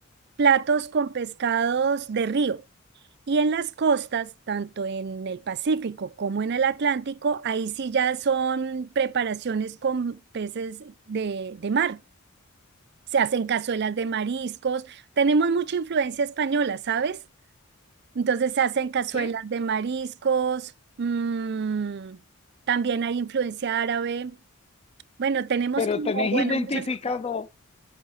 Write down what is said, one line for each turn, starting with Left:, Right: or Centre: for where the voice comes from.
Right: platos con pescados de río. Y en las costas, tanto en el Pacífico como en el Atlántico, ahí sí ya son preparaciones con peces de, de mar. Se hacen cazuelas de mariscos. Tenemos mucha influencia española, ¿sabes? Entonces se hacen cazuelas
Left: Sí,
Right: de mariscos. mm, también hay influencia árabe. Bueno, tenemos
Left: pero
Right: como,
Left: tenéis
Right: bueno,
Left: identificado...
Right: muchas cosas.